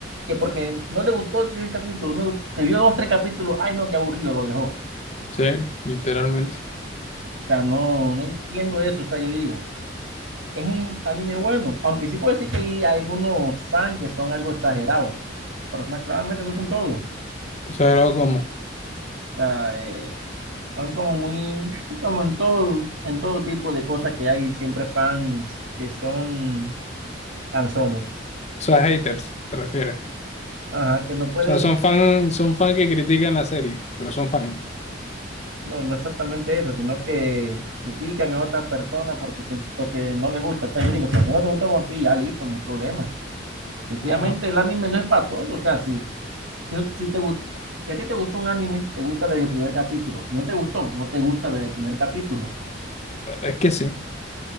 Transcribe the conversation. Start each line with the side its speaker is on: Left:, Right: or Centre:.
Right: que porque no le gustó el primer capítulo, no, le gustó- se vio dos, tres capítulos, ay no, qué aburrido, lo dejó. O
Left: Sí, literalmente.
Right: sea, no, no entiendo eso, o sea, yo digo, es un anime bueno, aunque sí puedo decir que hay algunos fans que son algo exagerados, pero na- claramente no son todos. O
Left: O sea, algo como, o
Right: sea, eh, son como muy, como en todo, en todo tipo de cosas que hay siempre fans que son canzones,
Left: sea, haters, te refieres.
Right: ajá, que no pueden,
Left: O sea, son fan, son fan que critican la serie, pero son fan.
Right: no, no exactamente eso, sino que critican a otras personas porque, se- porque no les gusta. O sea, yo digo, si a ti no te gusta One Piece, ya listo, no hay problema. Sencillamente
Left: Ajá.
Right: el anime no es para todos, o sea, sí Si, no- si te, gu- si a ti te gustó un anime, te gusta desde el primer capítulo. Si no te gustó, no te gusta desde el primer capítulo. O
Left: Es que sí.